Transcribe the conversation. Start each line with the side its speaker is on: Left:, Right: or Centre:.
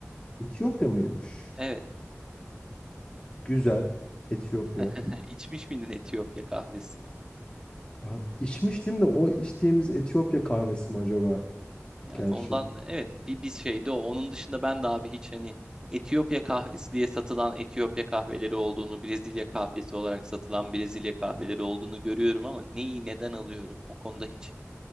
Left: Etiyopya mıymış?
Right: Evet.
Left: Güzel. Etiyopya.
Right: <laughs> İçmiş miydin Etiyopya kahvesi?
Left: Ya, içmiştim de o içtiğimiz Etiyopya kahvesi mi acaba?
Right: Yani
Left: Gerçek.
Right: ondan evet bir bir şeydi o. Onun dışında ben de abi hiç hani Etiyopya kahvesi diye satılan Etiyopya kahveleri olduğunu, Brezilya kahvesi olarak satılan Brezilya kahveleri olduğunu görüyorum ama neyi neden alıyorum? O konuda hiç